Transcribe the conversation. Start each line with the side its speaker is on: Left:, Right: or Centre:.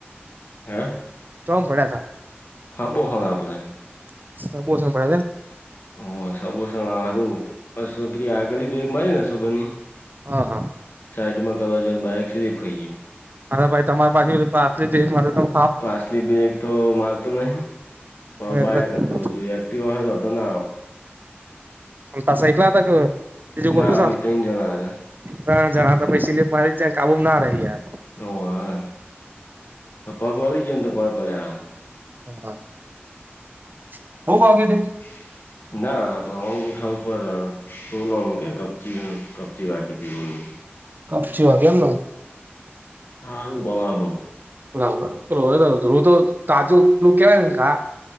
Left: હા.
Right: ચો પડ્યા તા.
Left: હા બોહણા આપણે.
Right: <unintelligible>
Left: ઓ સમોસા હારું પછી છોકરીએ આગળની બ્રેક મારીને સુબરની.
Right: હા, હા.
Left: સાઈડમાં કરવા બાઈક સીપ ખઇ ગયો.
Right: અરે ભાઈ તમારી પાછી પાછલી મારે તો.
Left: તો પાછલી બ્રેક તો મારતો નહી
Right: પાછી એટલે
Left: બાઈક
Right: જ
Left: હતું હજુ એક્ટિવ હો તો વાધો
Right: પાછા એકલા હતા કે બીજું કોઈ
Left: ના અમે ત્રણ જણા હતા
Right: ત્રણ જણા હતા સીપ મારી જય કાબુના રહ્યા.
Left: ઓહ, પગ વડી ગયો તો <unintelligible> પડ્યા.
Right: હા. <unintelligible>
Left: ના અગુંઠા ઉપર <unintelligible> <unintelligible>
Right: કપચી વાગી એમને.
Left: હા, બરાબર.
Right: <unintelligible> તાજું કેવાયને ગા.